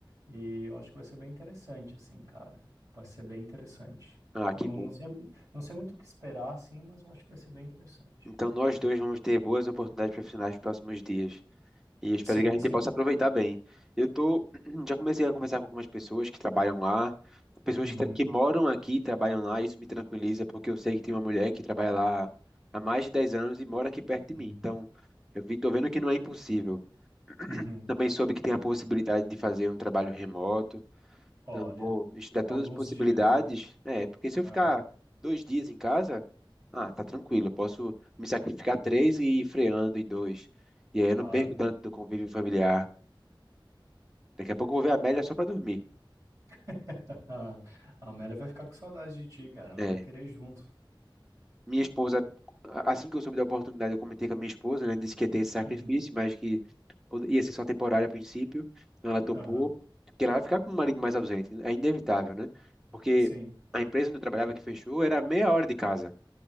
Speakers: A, on the right; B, in the centre.
A: E eu acho que vai ser bem interessante, assim, cara. Vai ser bem interessante.
B: Ah,
A: Não,
B: que bom.
A: não sei, não sei muito o que esperar, assim, mas eu acho que vai ser bem interessante.
B: Então nós dois vamos ter boas oportunidades profissionais nos próximos dias. E eu espero
A: Sim,
B: que a gente
A: sim.
B: possa aproveitar bem. Eu tô, <clears throat> já comecei a conversar com algumas pessoas que trabalham lá, pessoas
A: Uhum,
B: que, tra- que moram aqui e trabalham lá, e isso me tranquiliza, porque eu sei que tem uma mulher que trabalha lá há mais de 10 anos e mora aqui perto
A: uhum,
B: de mim. Então, eu vi, tô vendo que não é impossível.
A: uhum.
B: Também soube que tem a possibilidade de fazer um trabalho remoto.
A: Olha,
B: Então, eu vou estudar todas
A: alguns
B: as possibilidades.
A: dias, né?
B: É, porque se eu
A: É,
B: ficar dois dias em casa, ah, tá tranquilo, eu posso me sacrificar três e ir freando em dois. E aí
A: claro.
B: eu não perco tanto do convívio familiar. Daqui a pouco eu vou ver a Amélia só pra dormir.
A: <laughs> A Amélia vai ficar com saudade de ti, cara. Ela
B: É,
A: vai querer ir junto.
B: Minha esposa, assim que eu soube da oportunidade, eu comentei com a minha esposa, né? Disse que ia ter esse sacrifício,
A: Uhum.
B: mas que pod- ia ser só temporário a princípio. Então ela topou,
A: Aham.
B: porque ela vai ficar com o marido mais ausente. É inevitável, né? Porque
A: Sim.
B: a empresa onde eu trabalhava que fechou era a meia hora de casa.